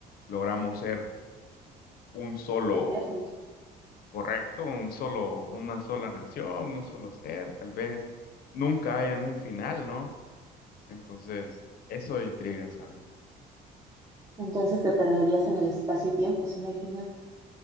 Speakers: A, on the left (about 65°); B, on the right (about 20°).
A: logramos ser un solo
B: Eternos.
A: correcto, un solo, una sola nación, un solo ser, tal vez nunca haya un final, ¿no? Entonces, eso intriga, ¿sabes?
B: Entonces te perderías en el espacio y tiempo si no hay final